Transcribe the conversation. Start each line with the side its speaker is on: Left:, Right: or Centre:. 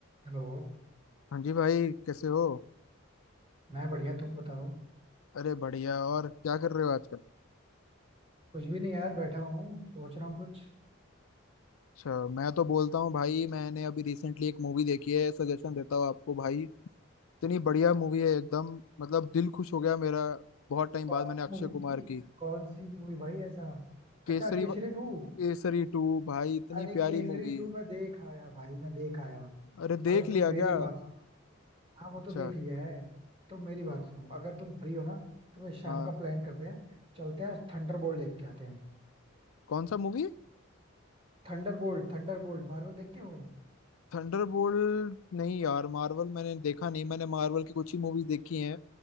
Right: Hello
Left: हाँ जी भाई कैसे हो
Right: मैं बढ़िया तुम बताओ
Left: अरे बढ़िया और क्या कर रहे हो आजकल
Right: कुछ भी नहीं यार बैठा हूँ सोच रहा हूँ कुछ
Left: अच्छा मैं तो बोलता हूँ भाई मैंने अभी रिसेंटली एक मूवी देखी है सजेशन देता हूँ आपको भाई इतनी बढ़िया मूवी है एकदम मतलब दिल खुश हो गया मेरा बहुत टाइम
Right: कौन
Left: बाद मैंने
Right: सी
Left: अक्षय
Right: मूवी थी
Left: कुमार की
Right: कौन सी मूवी भाई ऐसा
Left: केसरी
Right: अच्छा केसरी टू
Left: केसरी टू भाई इतनी
Right: अरे
Left: प्यारी
Right: केसरी
Left: मूवी
Right: टू मैं देख आया भाई मैं देख आया
Left: अरे देख
Right: अभी
Left: लिया
Right: तुम मेरी
Left: क्या
Right: बात सुनो हाँ वो
Left: अच्छा
Right: तो देख लिया है तुम मेरी बात सुनो अगर तुम फ्री हो ना तो फिर शाम
Left: हाँ
Right: का प्लान करते हैं चलते हैं थंडरबोल्ट देख के आते हैं
Left: कौन सा मूवी
Right: थंडरबोल्ट थंडरबोल्ट मार्वल देखते हो
Left: थंडरबोल्ट नहीं यार मार्वल मैंने देखा नहीं मैंने मार्वल की कुछ ही मूवीज देखी हैं